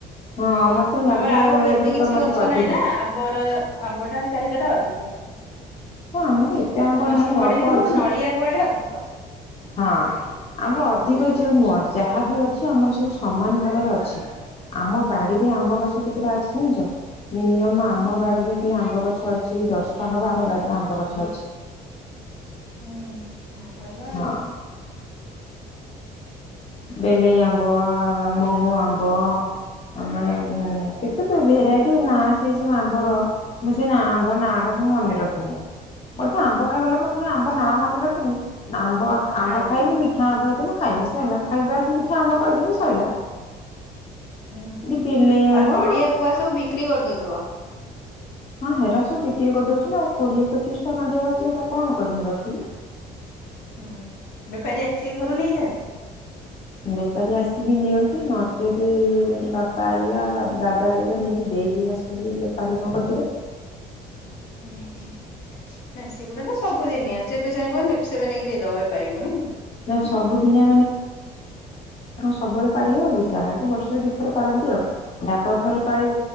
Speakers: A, on the left; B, on the left.
A: ହଁ ମତେ ଲାଗେ
B: ଆମର ଆଉ
A: ବେଳେ
B: ଏତେ
A: ବେଳେ
B: କିଛି
A: ତମର
B: ଗଛ
A: ଟିକେ ଅଧିକ।
B: ନାଇଁ ନା ଆମ୍ବର ଆମ୍ବଟା ଚାହିଦା ଟା ଅଧିକ ଆଉ
A: ହଁ ଆମର ଏତେ ଆମ୍ବ
B: ତୁମର
A: ନାହିଁ
B: ସେପଟେ
A: ଅଳ୍ପ
B: କିନ୍ତୁ
A: ଅଛି
B: ନଡିଆ ଗୁଆ ଟା ଅଧିକ।
A: ହଁ ଆମର ଅଧିକ
B: ହୁଁ
A: ଝିଅ ନୁଁଅ ଯାହାବି ଅଛି ଆମର ସବୁ ସମାନ ଭାବରେ ଅଛି ଆମ ବାଡିରେ ଆମ୍ବ
B: ହୁଁ
A: ଗଛ କେତେଟା ଅଛି ଜାଣିଚ? ମିନିୟମ୍ ଆମ
B: ହୁଁ
A: ବାଡ଼ିରେ ଖାଲି ଆମ୍ବ ଗ ଗଛ ଅଛି ଦଶଟା ହବ ଆମ ବାଡ଼ିରେ ଆମ୍ବ ଗଛ ଅଛି।
B: ହୁଁ ଆଁ ଭଲ
A: ହଁ
B: ଆଉ।
A: ବେଲେଇ ଆମ୍ବ ଅଁ ମୋହୁ ଆମ୍ବ ଅଁ ମାନେ ଉଁ କେତେ ତ ଭେରାଇଟି ନାଁ ସେଇ ସବୁ ଆମ୍ବର ମୁଁ ନାଁ ସେଇ ଆମ୍ବ ନାଁ ରା ମୁଁ ମନେ ରଖିନି। ମୁଁ ତ ଆମ୍ବ ଖାଇବା ଲୋକୋ ମୁଁ କାଇଁ ଆମ୍ବ ନାଁ ମନେ ରଖିମି ନା ଆମ୍ବ
B: ହଁ
A: ଆମ୍ବ ଖାଇମି ମିଠା ଆମ୍ବ ହେଇଥିନେ ଖାଇମି ସଇଲା ଖାଲି ପା ସେ ମିଠା ଆମ୍ବ କହିଦେମି ସଇଲା।
B: ହୁଁ ହୁଁ।
A: ଡି ବିଲେଇ ଆମ୍ବ।
B: ଆଉ ନଡିଆ ଗୁଆ ସବୁ ବିକ୍ରି କରିଦଉଥିବ।
A: ହଁ ହେରା ସବୁ ବିକ୍ରି କରିଦୋଉଚି ନା ଆଉ କୋଡିଏ ପଚିଶ ଟା ନଡିଆ ଗଛ ଏରା କଣ କରିମି ରଖିକି?
B: ହୁଁ ବେପାରୀ ଆସିକି ଘରୁ ନେଇଯାଆନ୍ତି।
A: ବେପାରୀ ଆସିକି ନିଅନ୍ତି ନଚେତ୍ ବାପା ହାରିକା ଦାଦା ହାରିକା ନେଇକି ଦେ ଦେଇ ଦେଇ ଆସୁଛନ୍ତି ବେପାରୀ ଙ୍କ କତିରେ
B: ହୁଁ। ଉହୁଁ ନାଇଁ ସେଗୁଡା ତ ସବୁଦିନିଆ ଯେବେ ଚାହିଁବ ନେବେ ସେବେ ନେଇକି ଦେଇଦବ ବେପାରୀଙ୍କୁ ନାଇଁ।
A: ନା ସବୁଦିନିଆ ସବୁବୋଳେ ପାରି ହେବକି ଯାହା ହେଲେ ତ ବର୍ଷରେ ଦୁଇଥର ପାରନ୍ତି ଆଉ ଡାବ ଥର ପାରି